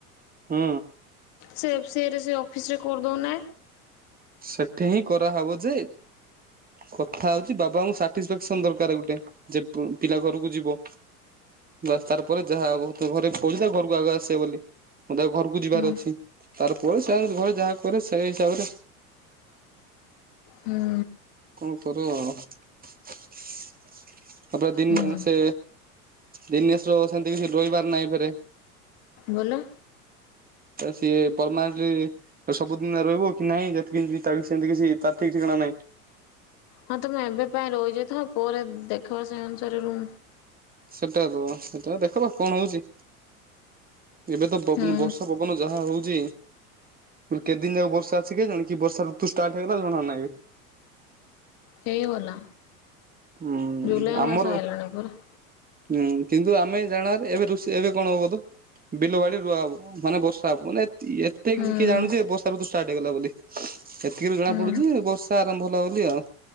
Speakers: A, on the right; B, on the left.
A: ହୁଁ।
B: ସେ ଏଫ ସିଆଇରେ ସେ ଅଫିସରେ କରିଦେଉନା।
A: ସେଠି ହିଁ କରାହେବ ଯେ କଥା ହୋଉଚି ବାବାଙ୍କୁ ସାଟିସଫାକ୍ସନ ଦରକାର ଗୋଟେ ଯେ ପିଲା ଘରକୁ ଯିବ। ବା ତାର ପରେ ଯାହାବ ତ ଘରେ <unintelligible> ଘରକୁ ଆଗ ଆସିବେ ବୋଲି। ମୁଁ ତା ଘରକୁ ଯିବାର
B: ହୁଁ
A: ଅଛି ତାର ପରେ ସେମାନେ ଘରେ ଯାହା କରେ ସେଇ ହିସାବ
B: ହୁଁ
A: କଣ କରୁ ତାପରା ଦିନ
B: ହୁଁ
A: ସେ ଦିନେଶ ର ସେମତି କିଛି ରହିିବାର ନାହିଁ ଫେରେ
B: ଗଲ
A: ସିଏ ପର୍ମନେଟଲି ସବୁଦିନ ରହିବ କି ନାହିଁ ସେମିତି କିଛି ତ ଠିକ ଠିକଣା ନାହିଁ।
B: ହଁ ତ ମୁଁ ଏବେ ପାଇଁ ରହିଚି ତ ପରେ ଦେଖବା ସେଇ ଅନୁସାରେ ରୁ
A: ସେଟା ତ ସେଟା ଦେଖବା କଣ ହୋଉଚି ଏବେ ତନ
B: ହୁଁ
A: ବର୍ଷା ପବନ। ଯାହା ହୋଉଚି କେତେ ଦିନ ଯାକ ବର୍ଷା ଅଛି କେ ଜଣ କି ବର୍ଷା ଋତୁ ଷ୍ଟାର୍ଟ ହେଇଗଲା ଜଣାନାହିଁ।
B: ହେଇଗଲା
A: ହୁଁ
B: ଜୁଲାଇ
A: ଆମର
B: ମାସ ଆଲାଣିପରା।
A: ହୁଁ କିନ୍ତୁ ଆମେ ଜାଣାରେ ଏବେ ଋଷି ଏବେ କଣ ହବ ବିଲବାଡି ରୁଆ ହବ, ମାନେ ବର୍ଷା ହବ ମାନେ ଏତେ
B: ହୁଁ
A: କି କିଏ ଜାଣୁଛି ବର୍ଷା ଷ୍ଟାର୍ଟ ହେଇଗଲା ବୋଲି। ଏତିକିରେ ଜଣା
B: ହୁଁ
A: ପଡୁଚି ବର୍ଷା ଆରମ୍ଭ ଭଲ ବୋଲି ଆଉ